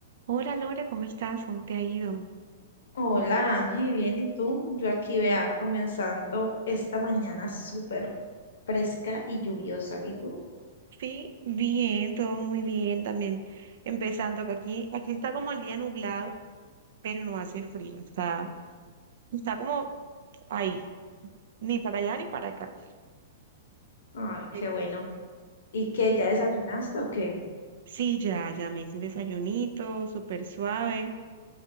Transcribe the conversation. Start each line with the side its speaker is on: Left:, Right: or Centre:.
Right: Hola Lore, ¿cómo estás? ¿Cómo te ha ido?
Left: Hola Ángel, bien, ¿y tú? Yo aquí vea, comenzando esta mañana súper fresca y lluviosa. ¿Y tú?
Right: Sí, bien, todo muy bien también. Empezando que aquí, aquí está como el día nublado, pero no hace frío, está, está como ahí, ni para allá ni para acá.
Left: Ay,
Right: Eh,
Left: qué bueno.
Right: eh,
Left: ¿Y qué ya desayunaste o qué?
Right: Sí, ya, ya me hice un desayunito súper suave,